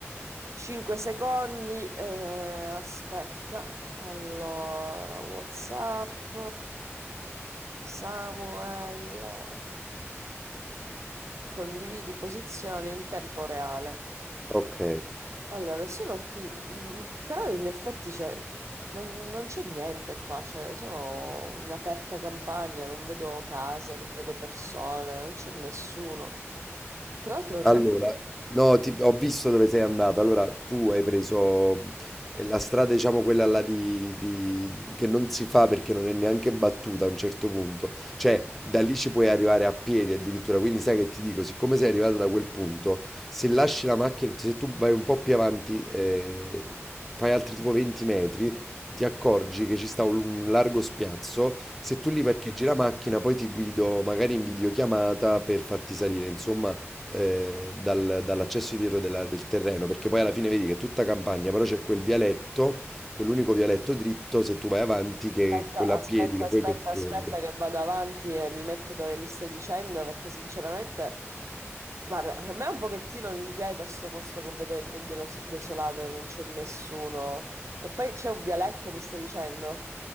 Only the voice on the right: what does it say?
5 secondi, eh, aspetta. Allora, WhatsApp, Samuel, condividi posizione in tempo reale.
Allora, sono qui, mm, però in effetti cioè, non, non c'è niente qua, cioè, sono in aperta campagna, non vedo case, non vedo persone, non c'è nessuno. Tra l'altro,
cioè,
Aspetta,
aspetta,
aspetta,
aspetta che vado avanti e mi metto dove mi stai dicendo perché sinceramente, guarda, a me un pochettino mi inquieta sto posto completamente delo- desolato e non c'è nessuno. E poi c'è un vialetto, mi stai dicendo?